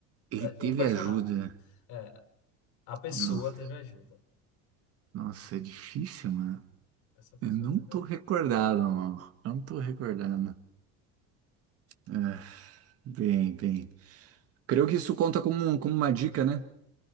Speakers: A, on the right (about 45°); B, on the left (about 70°).
A: Ele
B: É,
A: teve
B: o personagem.
A: ajuda.
B: É, a pessoa
A: Nossa,
B: teve ajuda.
A: nossa, é difícil, mano.
B: Essa pessoa
A: Eu não
B: teve
A: tô
B: ajuda.
A: recordado, mano. Não tô recordando. É, bem, bem. Creio que isso conta como, um- como uma dica, né?